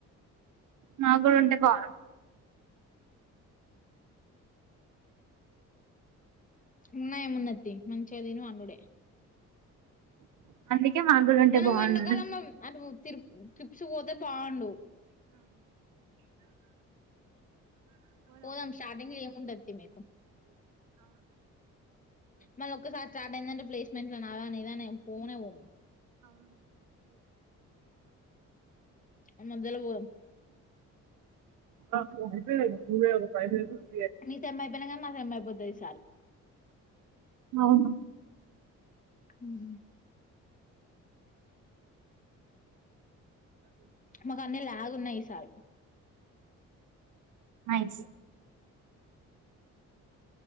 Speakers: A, on the right; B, on the left.
A: మాక్కూడా ఉంటే బాగుండు
B: ఉన్నాయ ఉన్నతి <unintelligible> అనుడే
A: <unintelligible> ఉంటే
B: మనం
A: బాగుండు
B: ఎండాకాలంలో అటు తి త్రిప్స్ పోతే బాగుండు పోదాం స్టార్టింగ్ ఏం ఉంటది మీకు మళ్ళ ఒకసారి స్టార్ట్ అయ్యింది అంటే <unintelligible> నాదా నీదా పోనే పో <unintelligible> పోదాం
A: <unintelligible>
B: మీ సేమ్ అయ్యిపోయాక మా సేమ్ అయ్యిపోతాది ఈ సారి
A: అవును
B: ఉహు మాకు అన్నీ లెగ్ ఉన్నాయి ఈ సారి
A: నైస్